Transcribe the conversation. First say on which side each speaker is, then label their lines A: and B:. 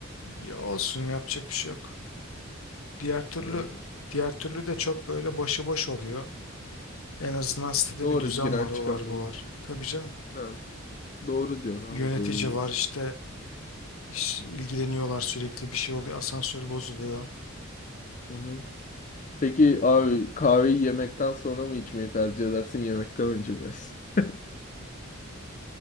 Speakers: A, on the left; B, on the left.
A: Ya olsun yapacak bir şey yok. Diğer türlü
B: Ha.
A: diğer türlü de çok böyle başıboş oluyor. En azından sitede
B: Doğru
A: bir düzen
B: giren
A: var,
B: çıkan
A: o var, bu
B: benim.
A: var. Tabii canım.
B: Ha. Doğru diyorsun
A: Yönetici
B: abi doğru diyorsun.
A: var işte iş- ilgileniyorlar sürekli bir şey oluyor. Asansör bozuluyor.
B: Hı hı. Peki abi kahveyi yemekten sonra mı içmeyi tercih edersin yemekten önce mi? <laughs>